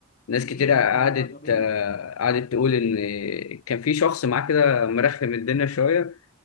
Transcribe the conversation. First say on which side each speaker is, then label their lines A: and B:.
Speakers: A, on the left (about 85°); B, on the left (about 40°).
A: ناس
B: تقيل
A: كتير قعدت
B: بطريقة غبية
A: آه، قعدت تقول ان كان في شخص معاه كده مرخم الدنيا شويه